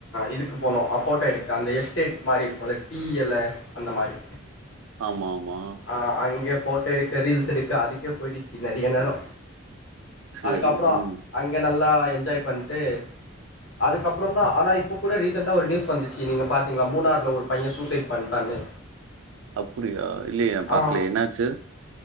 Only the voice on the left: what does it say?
இதுக்கு போனோ ஆ போட்டோ எடுக்க அந்த எஸ்டேட் மாரி இருக்கு இல்ல டீ எல அந்த மாரி
ஆ அங்கே போட்டோ எடுக்க ரீல்ஸ் எடுக்க அதுக்கே போயிடுச்சு நறிய நேரொ
அதுக்கப்றொ
அங்க நல்லா என்ஜாய் பண்ட்டு அதுக்கப்புறந்தா ஆனா இப்போ கூட ரீசெண்டா ஒரு நியூஸ் வந்துச்சு நீங்க பாத்தீங்களா மூணாறுல ஒரு பைய சூசைட் பண்ட்டான்னு
ஆ